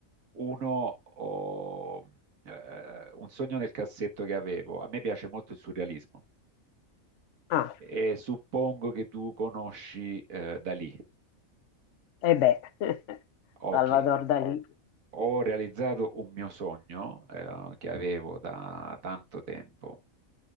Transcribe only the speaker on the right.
uno, oh, eh, un sogno nel cassetto che avevo, a me piace molto il surrealismo
e suppongo che tu conosci eh, Dalì.
Ok,
ho realizzato un mio sogno, eh, che avevo da tanto tempo.